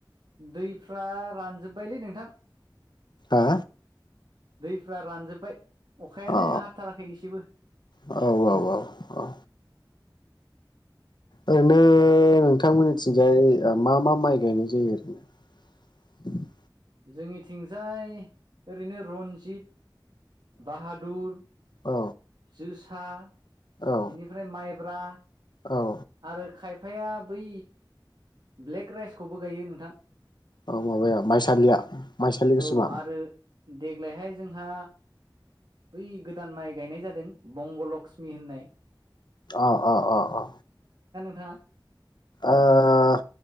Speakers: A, on the right (about 60°); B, on the left (about 65°).
A: दैफ्रा रानजोब्बायलै नोंथां
B: आ
A: दैफ्रा रानजोब्बाय अखायानो
B: अ
A: हाथाराखै एसेबो
B: औ औ औ औ ओरैनो नोंथांमोननिथिंजाय ओ मा मा माइ गायनाय जायो ओरैनो <unintelligible>
A: जोंनिथिंजाय ओरैनो रन्जित बाहादुर
B: औ
A: जोसा
B: औ
A: इनिफ्राय माइब्रा
B: औ
A: आरो खायफा फाया बै ब्लेक राइसखौबो गायो नोंथां
B: औ माबाया माइसालिया माइसालि गोसोमा
A: औ आरो देग्लायहाय जोंहा बै गोदान माइ गायनाय जादों बंग लक्ष्मि होननाय
B: अ अ अ अ
A: हा
B: ओह